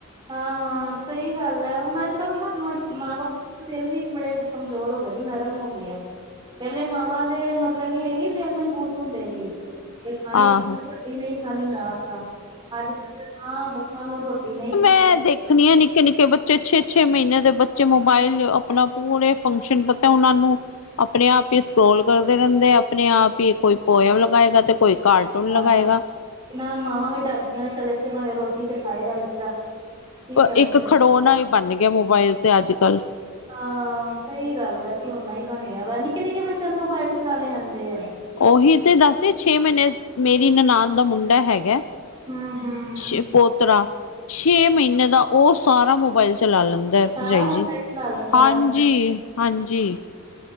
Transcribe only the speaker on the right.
ਹਾਂ- ਹਾਂ ਸਹੀ ਗੱਲ ਐ, ਹੁਣ ਅੱਜ -ਕੱਲ ਨਾ ਬ ਮਾਂ -ਬਾਪ ਦਾ ਦਿਲ ਵੀ ਬੜੇ ਕਮਜ਼ੋਰ ਹੋ ਗਏ ਨੇ, ਨਰਮ ਹੋ ਗਏ ਆ। ਪਹਿਲੇ ਮਾਵਾਂ ਦੇ ਮਤਲਬ ਕੀ ਇਹੀ ਦਿਲ ਮਜ਼ਬੂਤ ਹੁੰਦੇ ਹੀ। ਨਈ ਖਾਣੀ,
ਰੋਟੀ ਨਹੀਂ ਖਾਣੀ ਨਾ ਖਾ। ਅੱਜ -ਕੱਲ ਆਂ ਬੱਚਿਆਂ ਨੂੰ ਰੋਟੀ ਨਹੀਂ ਖਾਣੀ
ਹਾਂ
ਨਾ ਮਾਵਾਂ ਵੀ ਡਰਦੀਆਂ ਨੇ ਚੱਲ ਇਸੇ ਬਹਾਨੇ ਰੋਟੀ ਤੇ ਖਾਏਗਾ ਬੱਚਾ। ਕੀ ਕਰਨ
ਫਿਰ
ਮਾਵਾਂ ਵੀ
ਹਾਂ ਸਈ ਗੱਲ ਐ ਖਿਲੋਣਾ ਈ ਬਣ ਗਿਆ ਵਾ, ਨਿੱਕੇ- ਨਿੱਕੇ ਬੱਚਿਆਂ ਨੂੰ ਮੋਬਾਇਲ ਚਲਾਣੇ ਆਂਦੇ ਆ।
ਹਮ ਹਮ
ਸਾਰਾ
ਮੋਬਾਇਲ
ਚਲਾ ਲੈਂਦਾ
ਵਾ